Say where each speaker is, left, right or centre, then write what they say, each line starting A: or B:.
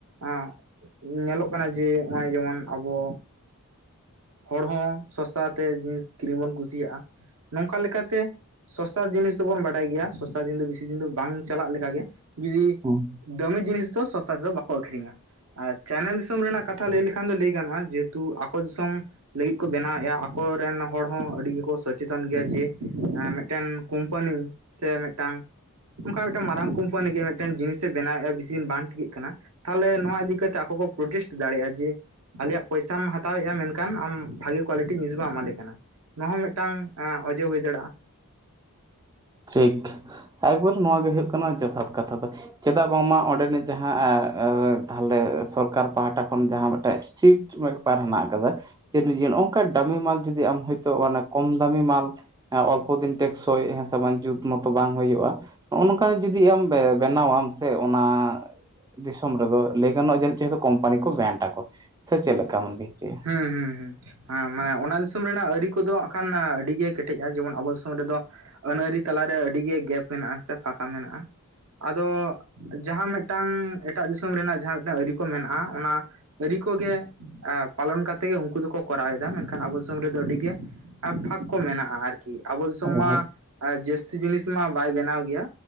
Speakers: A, on the right (about 70°); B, on the right (about 15°).
A: ᱟ ᱧᱮᱞᱚᱜ ᱠᱟᱱᱟ ᱡᱮ ᱱᱚᱜ-ᱚᱭ ᱡᱮᱢᱚᱱ ᱟᱵᱚ ᱦᱚᱲ ᱦᱚᱸ ᱥᱚᱥᱛᱟᱛᱮ ᱡᱤᱱᱤᱥ ᱠᱤᱨᱤᱧ ᱵᱚᱱ ᱠᱩᱥᱤᱭᱟᱜ-ᱟ ᱱᱚᱝᱠᱟ ᱞᱮᱠᱟᱛᱮ ᱥᱚᱥᱛᱟ ᱡᱤᱱᱤᱥ ᱫᱚᱵᱚᱱ ᱵᱟᱰᱟᱭ ᱜᱮᱭᱟ ᱥᱚᱥᱛᱟ ᱡᱤᱱᱤᱥ ᱫᱚ ᱵᱮᱥᱤ ᱫᱤᱱ ᱫᱚ ᱵᱟᱝ ᱪᱟᱞᱟᱜ ᱞᱮᱠᱟ ᱜᱮ ᱡᱩᱫᱤ
B: ᱚ
A: ᱫᱟᱹᱢᱤ ᱡᱤᱱᱤᱥ ᱫᱚ ᱥᱚᱥᱛᱟ ᱛᱮᱫᱚ ᱵᱟᱠᱚ ᱟᱹᱠᱷᱨᱤᱧᱟ᱾ ᱟᱨ ᱪᱟᱭᱱᱟ ᱫᱤᱥᱚᱢ ᱨᱮᱱᱟᱜ ᱠᱟᱛᱷᱟ ᱞᱟᱹᱭ ᱞᱮᱠᱷᱟᱱ ᱫᱚ ᱞᱟᱹᱭ ᱜᱟᱱᱚᱜ-ᱟ ᱡᱮᱦᱮᱛᱩ ᱟᱠᱚ ᱫᱤᱥᱚᱢ ᱞᱟᱹᱜᱤᱫ ᱠᱚ ᱵᱮᱱᱟᱣᱮᱫ-ᱟ ᱟᱠᱚᱨᱮᱱ ᱦᱚᱲ ᱦᱚᱸ ᱟᱹᱰᱤ ᱜᱮᱠᱚ ᱥᱚᱪᱮᱛᱚᱱ ᱜᱮᱭᱟ ᱡᱮ ᱢᱮᱫᱴᱮᱱ ᱠᱳᱢᱯᱟᱱᱤ ᱥᱮ ᱢᱤᱫᱴᱟᱝ ᱚᱱᱠᱟ ᱢᱤᱫᱴᱟᱝ ᱢᱟᱨᱟᱝ ᱠᱳᱢᱯᱟᱱᱤ ᱜᱮ ᱢᱤᱫᱴᱟᱝ ᱡᱤᱱᱤᱥᱮ ᱵᱮᱱᱟᱣᱮᱫ-ᱟ ᱵᱮᱥᱤ ᱫᱤᱱ ᱵᱟᱝ ᱴᱷᱤᱠᱟᱹᱜ ᱠᱟᱱᱟ᱾ ᱛᱟᱦᱚᱞᱮ ᱱᱚᱣᱟ ᱤᱫᱤᱠᱟ ᱠᱟᱛᱮ ᱟᱠᱚ ᱠᱚ ᱯᱨᱚᱴᱮᱥᱴ ᱫᱟᱲᱮᱭᱟᱜ-ᱟ ᱡᱮ ᱟᱞᱮᱭᱟᱜ ᱯᱚᱭᱥᱟᱢ ᱦᱟᱛᱟᱣᱮᱫ-ᱟ ᱢᱮᱱ ᱠᱟᱱ ᱟᱢ ᱵᱷᱟᱜᱮ ᱠᱳᱣᱟᱞᱤᱴᱤ ᱡᱤᱱᱤᱥ ᱵᱟᱢ ᱮᱢᱟᱞᱮ ᱠᱟᱱᱟ ᱱᱚᱣᱟ ᱦᱚᱸ ᱢᱤᱫᱴᱟᱝ ᱚᱡᱮ ᱦᱩᱭ ᱫᱟᱲᱮᱭᱟᱜ-ᱟ᱾
B: ᱴᱷᱤᱠ ᱮᱠᱵᱟᱨ ᱱᱚᱣᱟ ᱜᱮ ᱦᱩᱭᱩᱜ ᱠᱟᱱᱟ ᱡᱚᱛᱷᱟᱛ ᱠᱟᱛᱷᱟ ᱫᱚ ᱪᱮᱫᱟᱜ ᱵᱟᱝᱢᱟ ᱚᱸᱰᱮᱱᱤᱡ ᱡᱟ ᱮ ᱟᱨ ᱛᱟᱦᱚᱞᱮ ᱥᱚᱨᱠᱟᱨ ᱯᱟᱦᱴᱟ ᱠᱷᱚᱱ ᱡᱟᱸᱦᱟ ᱢᱤᱫᱴᱮᱱ ᱥᱴᱨᱤᱠ ᱵᱮᱯᱟᱨ ᱦᱮᱱᱟᱜ ᱠᱟᱫᱟ <unintelligible> ᱱᱚᱝᱠᱟ ᱫᱟᱢᱤ ᱢᱟᱞ ᱡᱩᱫᱤ ᱟᱢ ᱦᱚᱭᱛᱳ ᱚᱱᱟ ᱠᱚᱢ ᱫᱟᱹᱢᱤ ᱢᱟᱞ ᱦᱟ ᱚᱞᱯᱚ ᱫᱤᱱ ᱴᱮᱠᱥᱚᱭ ᱦᱮᱥ ᱥᱟᱵᱟᱱ ᱡᱩᱛ ᱢᱚᱛᱚ ᱵᱟᱝ ᱦᱩᱭᱩᱜ-ᱟ ᱱᱚᱜ-ᱚ ᱱᱚᱝᱠᱟ ᱡᱩᱫᱤ ᱟᱢ ᱵᱮᱱᱟᱣ ᱟᱢ ᱥᱮ ᱚᱱᱟ ᱫᱤᱥᱚᱢ ᱨᱮᱫᱚ ᱞᱟᱹᱭ ᱜᱟᱱᱚᱜ ᱡᱟᱱᱤᱪ ᱪᱚ ᱡᱚᱛᱚ ᱠᱳᱢᱯᱟᱱᱤ ᱠᱚ ᱵᱮᱱᱴ ᱟᱠᱚ ᱥᱮ ᱪᱮᱫ ᱞᱮᱠᱟᱢ ᱞᱟᱹᱭ ᱦᱚᱪᱚᱭᱮᱫ-ᱟ?
A: ᱦᱩᱸ ᱦᱩᱸ ᱦᱩᱸ ᱢᱟᱱᱮ ᱚᱱᱟ ᱫᱤᱥᱚᱢ ᱨᱮᱱᱟᱜ ᱟᱹᱨᱤ ᱠᱚᱫᱚ ᱟᱠᱷᱟᱱ ᱟᱹᱰᱤ ᱜᱮ ᱠᱮᱴᱮᱡᱼᱟ ᱡᱮᱢᱚᱱ ᱟᱵᱚ ᱫᱤᱥ ᱥᱚᱢ ᱨᱮᱫᱚ ᱟᱹᱱ ᱟᱹᱨᱤ ᱛᱟᱞᱟᱨᱮ ᱟᱹᱰᱤ ᱜᱮ ᱜᱮᱯ ᱢᱮᱱᱟᱜᱼᱟ ᱥᱮ ᱯᱷᱟ ᱠᱟ ᱢᱮᱱᱟᱜᱼᱟ ᱟᱫᱚ ᱡᱟᱦᱟᱸ ᱢᱤᱫᱴᱟᱝ ᱮᱴᱟᱜ ᱫᱤᱥᱚᱢ ᱨᱮᱱᱟᱜ ᱡᱟᱦᱟᱸ ᱟᱹᱨᱤ ᱠᱚ ᱢᱮᱱᱟᱜᱼᱟ ᱚᱱᱟ ᱟᱹᱨᱤ ᱠᱚᱜᱮ ᱮᱯ ᱯᱟᱞᱚᱱ ᱠᱟᱛᱮᱫ ᱜᱮ ᱩᱱᱠᱩ ᱫᱚᱠᱚ ᱠᱚᱨᱟᱣ ᱮᱫᱟ ᱢᱮᱱᱠᱷᱟᱱ ᱟᱵᱚ ᱫᱤᱥᱚᱢ ᱨᱮᱫᱚ ᱟᱹᱰᱤᱜᱮ ᱵᱷᱟᱜᱽ ᱠᱚ ᱢᱮᱱᱟᱜᱼᱟ ᱟᱨ ᱠᱤ ᱟᱵᱚ ᱫᱤᱥᱚᱢ
B: ᱦᱮᱸ ᱦᱮᱸ
A: ᱢᱟ ᱟᱨ ᱡᱟᱹᱥᱛᱤ ᱡᱤᱱᱤᱥ ᱢᱟ ᱵᱟᱭ ᱵᱮᱱᱟᱣ ᱜᱮᱭᱟ